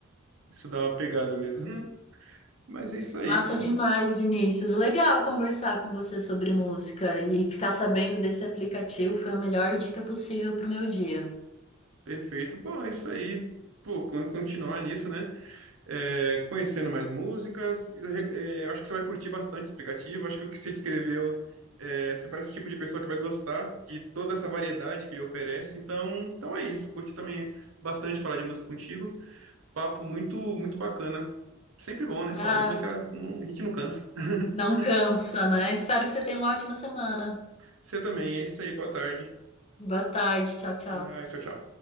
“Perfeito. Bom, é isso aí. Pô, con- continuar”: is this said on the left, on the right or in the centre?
Right